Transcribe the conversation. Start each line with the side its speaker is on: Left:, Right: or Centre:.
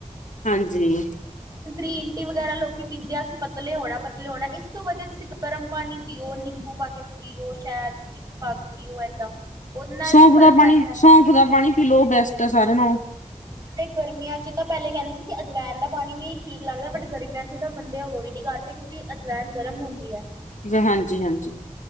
Left: ਹਾਂਜੀ।
Right: ਗ੍ਰੀਨ ਟੀ ਵਗੈਰਾ ਲੋਕੀ ਪੀਂਦੇ ਆ, ਅਸੀਂ ਪਤਲੇ ਹੋਣਾ ਪਤਲੇ ਹੋਣਾ। ਏਸ ਤੋਂ ਵਧੀਆ ਤੁਸੀਂ ਗਰਮ ਪਾਣੀ ਪੀਓ, ਨਿੰਬੂ ਪਾ ਕੇ ਪੀਓ, ਸ਼ੈਦ ਪੀ ਪਾ ਕੇ ਪੀਓ ਏਦਾਂ। ਉਹਦੇ ਨਾਲ
Left: ਸੌਂਫ
Right: ਵੀ ਫ਼ਰਕ
Left: ਦਾ ਪਾਣੀ,
Right: ਪੈਂਦਾ।
Left: ਸੌਂਫ ਦਾ ਪਾਣੀ ਪੀ ਲੋ ਬੈਸਟ ਐ ਸਾਰਿਆਂ ਨਾਲੋਂ।
Right: ਤੇ ਗਰਮੀਆਂ 'ਚ ਤਾਂ ਪੈਲੇ ਕੈਂਦੇ ਸੀ ਕੀ ਅਜਵੈਨ ਦਾ ਪਾਣੀ ਵੀ ਠੀਕ ਲੱਗਦਾ, ਬਟ ਗਰਮੀਆਂ 'ਚ ਤਾਂ ਬੰਦੇ ਅਵੋਇਡ ਈ ਕਰਦੇ। ਕਿਉਂਕਿ ਅਜਵੈਨ ਗਰਮ ਹੁੰਦੀ ਐ।
Left: ਜੀ ਹਾਂਜੀ ਹਾਂਜੀ।